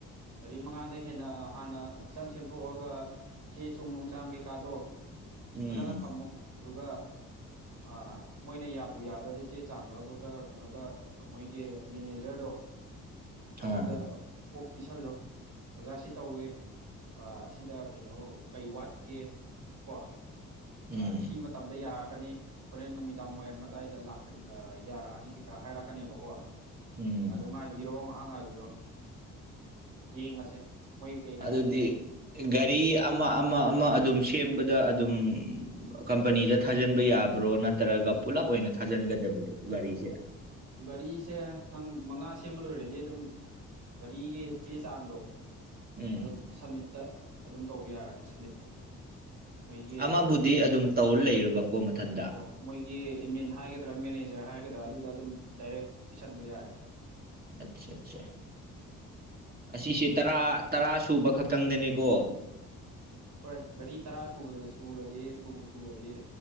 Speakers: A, on the right; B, on the right.
A: ꯒꯥꯔꯤ ꯃꯉꯥꯗ ꯍꯦꯟꯅ ꯍꯥꯟꯅ ꯐꯖꯅ ꯁꯦꯝꯊꯣꯛꯑꯒ ꯆꯦ ꯆꯨꯡ ꯅꯨꯡ ꯆꯥꯡ ꯀꯩꯀꯥꯗꯣ
B: ꯎꯝ
A: ꯐꯖꯅ ꯊꯝꯃꯣ ꯑꯗꯨꯒ
B: <inaudible>
A: ꯑꯥ ꯃꯣꯏꯅ ꯌꯥꯕꯨ ꯌꯥꯗꯧꯗꯤ ꯆꯦ ꯆꯥꯡꯗꯣ ꯑꯗꯨꯒ ꯀꯩꯅꯣꯗ ꯃꯣꯏꯒꯤ ꯃꯦꯅꯦꯖꯔꯗꯣ
B: ꯑ
A: ꯑꯗꯨꯗ ꯀꯣꯛ ꯄꯤꯁꯜꯂꯣ ꯑꯣꯖꯥ ꯁꯤ ꯇꯧꯋꯦ ꯑꯥ ꯁꯤꯗ ꯀꯩꯅꯣ ꯀꯩ ꯋꯥꯠꯀꯦ ꯀꯣ
B: ꯎꯝ
A: ꯑꯥ ꯁꯤ ꯃꯇꯝꯗ ꯌꯥꯔꯛ ꯀꯅꯤ ꯍꯣꯔꯦꯟ ꯅꯨꯃꯤꯗꯥꯡ ꯋꯥꯏꯔꯝꯗꯥꯏꯗ ꯂꯥꯛꯀ ꯌꯥꯔꯛꯑꯅꯤ ꯀꯩꯀꯥ ꯍꯥꯏꯔꯛꯀꯅꯦꯕꯀꯣ
B: ꯎꯝ
A: ꯑꯗꯨ ꯉꯥꯏꯕꯤꯔꯣ ꯉꯥꯏꯍꯥꯛ ꯉꯥꯏꯕꯤꯔꯣ ꯌꯦꯡꯉꯁꯦ ꯃꯣꯏ ꯀꯩ ꯍꯥꯏꯔꯛꯀꯦ
B: ꯑꯗꯨꯗꯤ
A: ꯍꯥꯏꯗꯣ ꯌꯦꯡꯉꯁꯦ
B: ꯒꯥꯔꯤ ꯑꯃ ꯑꯃ ꯑꯃ ꯑꯗꯨꯝ ꯁꯦꯝꯕꯗ ꯑꯗꯨꯝ ꯀꯝꯄꯅꯤꯗ ꯊꯥꯖꯟꯕ ꯌꯥꯕ꯭ꯔꯣ ꯅꯠꯇ꯭ꯔꯒ ꯄꯨꯂꯞ ꯑꯣꯏꯅ ꯊꯥꯖꯤꯟꯒ ꯒꯗꯔꯣ ꯒꯥꯔꯤꯁꯦ
A: ꯒꯥꯔꯤꯁꯦ ꯅꯪ ꯃꯉꯥ ꯁꯦꯝꯕ ꯂꯣꯏꯔꯗꯤ ꯑꯗꯨꯝ ꯒꯥꯔꯤꯒꯤ ꯆꯦ ꯆꯥꯡꯗꯣ
B: ꯎꯝ
A: ꯑꯗꯨꯝ ꯁꯝꯃꯤꯠꯇ ꯑꯗꯨꯝ ꯇꯧꯕ ꯌꯥꯔꯅꯤ ꯁꯝꯃꯤꯠ ꯃꯣꯏꯒꯤ
B: ꯑꯃꯕꯨꯗꯤ
A: ꯑꯦꯟꯃꯤꯟ
B: ꯑꯗꯨꯝ ꯇꯧꯔ ꯂꯩꯔꯕꯀꯣ ꯃꯊꯟꯗ
A: ꯑꯣ ꯃꯣꯏꯒꯤ ꯑꯦꯟꯃꯤꯟ ꯍꯥꯏꯒꯗ꯭ꯔ ꯃꯦꯅꯦꯖꯔ ꯍꯥꯏ ꯗ ꯑꯗꯨꯗ ꯑꯗꯨꯝ ꯗꯥꯏꯔꯦꯛ ꯄꯤꯁꯟꯕ ꯌꯥꯔꯦ
B: ꯑꯆꯥ ꯑꯆꯥ ꯑꯁꯤꯁꯦ ꯇꯔꯥ ꯇꯔꯥ ꯁꯨꯕ ꯈꯛꯇꯪꯗꯅꯤꯀꯣ
A: ꯍꯣꯏ ꯒꯥꯔꯤ ꯇꯔꯥ ꯁꯨꯕꯗ ꯁꯨꯔꯗꯤ ꯁꯨꯕꯨ ꯁꯨꯔꯗꯤ